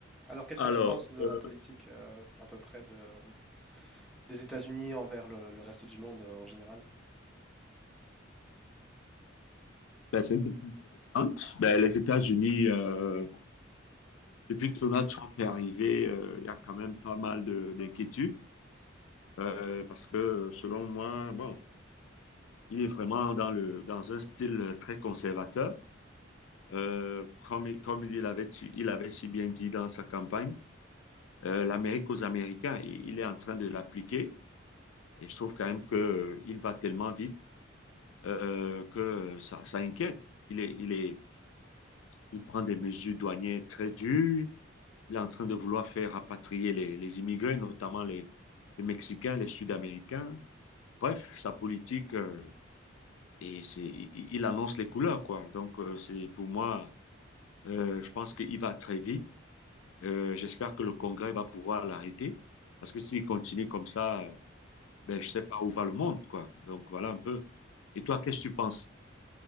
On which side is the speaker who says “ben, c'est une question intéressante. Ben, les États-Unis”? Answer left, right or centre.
Left